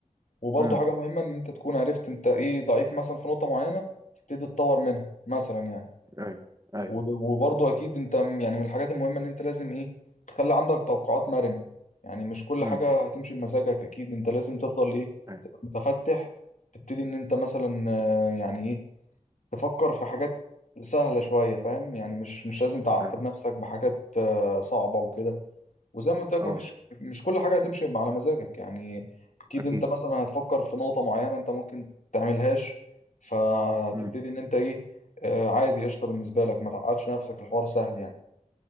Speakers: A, on the left; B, on the right.
A: وبرضه
B: امم
A: حاجة مهمة ان انت تكون عرفت انت ايه ضعيف مثلا في نقطة معينة تبتدي تتطور منها مثلا يعني
B: ايوه ايوه
A: و- وبرضه اكيد انت م- يعني من الحاجات المهمه ان انت لازم ايه تخلي عندك توقعات مرنه يعني مش كل
B: امم
A: حاجه هتمشي بمزاجك اكيد انت لازم تفضل ايه
B: ايوه
A: تبقى متفتح تبتدي ان انت مثلا آه، يعني ايه تفكر في حاجات سهله شويه فاهم يعني مش مش لازم تعقد
B: ايوه
A: نفسك بحاجات آه، صعبه وكده وزي ما قلت لك
B: اه
A: مفيش مش كل حاجه هتمشي على مزاجك يعني اكيد
B: اكيد
A: انت مثلا هتفكر في نقطه معينه انت ممكن تعملهاش فتبتدي
B: امم
A: ان انت ايه آه عادي قشطه بالنسبه لك ما تعقدش نفسك الحوار سهل يعني